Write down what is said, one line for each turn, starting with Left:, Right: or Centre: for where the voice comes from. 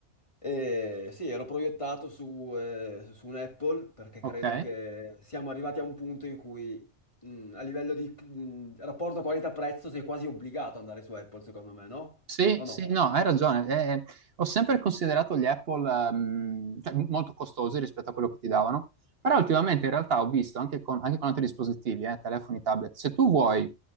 Left: E sì, ero proiettato su, eh, su un Apple perché
Right: Ok.
Left: credo che siamo arrivati a un punto in cui mm, a livello di mm, rapporto qualità-prezzo sei quasi obbligato ad andare su Apple, secondo me, no?
Right: Sì,
Left: O no?
Right: sì, no, hai ragione. Eh, eh, ho sempre considerato gli Apple ehm, cioè, molto costosi rispetto a quello che ti davano, però ultimamente
Left: Mhm.
Right: in realtà ho visto anche con, anche con altri dispositivi, eh, telefoni, tablet, se tu vuoi